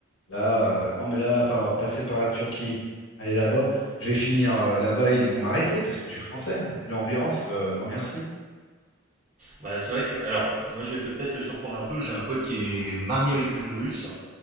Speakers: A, on the left (about 65°); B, on the right (about 40°).
A: là, euh, non, mais là, par, passer par la Turquie, aller là-bas, je vais finir euh, là-bas, ils vont m'arrêter parce que je suis français. Vu l'ambiance, euh, non merci.
B: Bah c'est vrai que, alors, moi je vais te peut-être te surprendre un peu, j'ai un pote qui est marié avec une Russe,